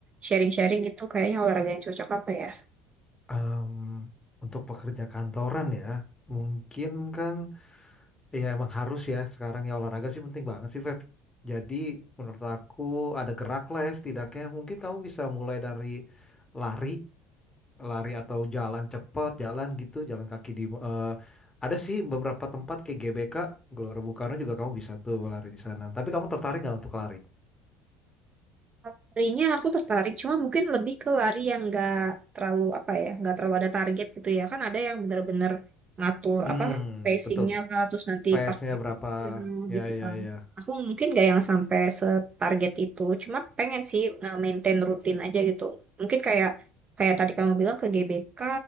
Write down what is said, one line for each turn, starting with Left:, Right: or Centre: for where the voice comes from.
Right: sharing-sharing gitu kayaknya olahraga yang cocok apa ya?
Left: Em, untuk pekerja kantoran ya, mungkin kan ya emang harus ya sekarang ya olahraga sih penting banget sih, Feb. Jadi menurut aku ada gerak lah ya setidaknya. Mungkin kamu bisa mulai dari lari, lari atau jalan cepat, jalan gitu, jalan kaki di eh, ada sih beberapa tempat kayak GBK, Gelora Bung Karno juga kamu bisa tuh lari di sana. Tapi kamu tertarik nggak untuk lari?
Right: Larinya aku tertarik, cuma mungkin lebih ke lari yang nggak terlalu apa ya, nggak terlalu ada target gitu ya. Kan ada yang bener-bener ngatur
Left: Hmm,
Right: apa pacingnya
Left: betul.
Right: lah, terus nanti
Left: PS-nya
Right: pakai
Left: berapa?
Right: ya,
Left: Ya,
Right: gitu
Left: ya,
Right: kan.
Left: ya.
Right: Aku mungkin nggak yang sampai setarget itu, cuma pengen sih nge-maintain rutin aja gitu. Mungkin kayak kayak tadi kamu bilang ke GBK,